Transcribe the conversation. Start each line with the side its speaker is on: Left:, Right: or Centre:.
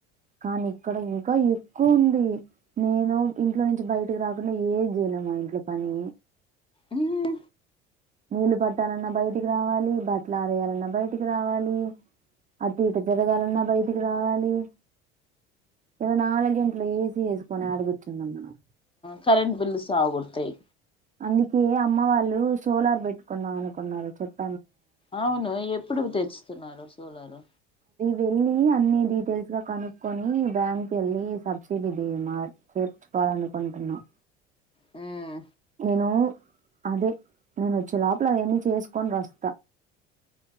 Right: కానీ ఇక్కడ ఇంక ఎ క్కువుంది నేను ఇంట్లో నుంచి బయటకి రాకుండా ఏం చేయలేం మా ఇంట్లో పని
Left: హుమ్
Right: నీళ్లు పట్టాలన్న బయటికి రావాలి బట్లు ఆరేయాలన్న బయటికి రావాలి అటు ఇటు తిరగాలన్న బయ్ రావాలి ఇలా నాలుగు గంటలు ఏసి ఏసుకొని అడుగుర్చుందాం మనం
Left: కరెంట్ బిల్స్ ఆగుతయ్
Right: అందుకే అమ్మ వాళ్ళు సోలార్ పెట్టుకుందాం అనుకున్నారు చచె
Left: అవును ఎప్పుడు తెచ్చుతున్నారు సోలారు
Right: వెళ్ళీ అన్ని డీటెయిల్స్ గా కనుక్కొని బ్యాంక్ ఎళ్ళి సబ్సిడీ తీ మ చేర్చుకోవాలనుకుంటున్నాం
Left: హుమ్
Right: నేను అదే నేను వచ్చే లోపల అవన్ని చేసుకొని రస్తా